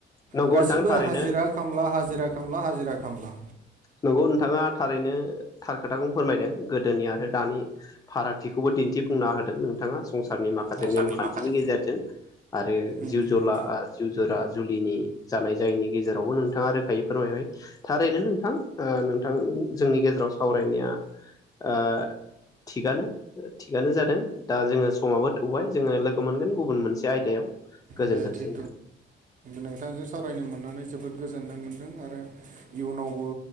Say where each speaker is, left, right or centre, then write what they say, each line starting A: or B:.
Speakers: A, on the left; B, on the right.
A: नंगौ
B: गासिबो
A: नोंथां थारैनो
B: हाजिरा खामला हाजिरा खामला हाजिरा खामला
A: नंगौ नोंथांङा थारैनो थार खोथाखौनो फोरमायदों गोदोनि आरो दानि फाराग थिखौबो दिन्थिफुंना होदों नोंथांङा संसारनि माखासे
B: संसारनि
A: नेमखान्थिनि
B: माखासे
A: गेजेरजों आरो
B: उम
A: जिउ जला जिउ जरा जुलिनि जानाय जायैनि गेजेरावबो नोंथांङा रोखायै फोरमायबाय। थारैनो नोंथां ओ दा नोंथां जोंनि गेजेराव सावरायनाया ओ थिगानो। थिगानो जादों। दा जोंङो समाबो थौबाय जोंङो लोगो मोनगोन गुबुन मोनसे आयदायाव। गोजोनथोंसै
B: दे थिग
A: नोंथां।
B: नोंथांजों सावरायनो मोननानै जोबोद गोजोननाय मोन्दों आरो इयुनावबो